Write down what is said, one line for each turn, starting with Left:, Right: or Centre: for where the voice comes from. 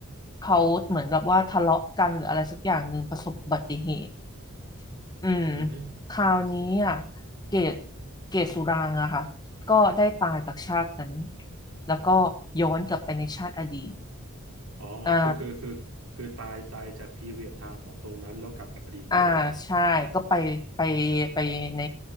Left: เขาเหมือนแบบว่าทะเลาะกันหรืออะไรสักอย่างหนึ่งประสบอุบัติเหตุอืม
Right: อือฮึ
Left: คราวนี้อ่ะเกตเกตสุรางค์อะค่ะก็ได้ตายจากชาตินั้นแล้วก็ย้อนกลับไปในชาติอดีต
Right: อ๋อคือคือคือคือตายตายจากพีเรียดไทม์ของตรงนั้นแล้วกลับอดีตไปเลย
Left: อ่า อ่าใช่ก็ไปไปไปใน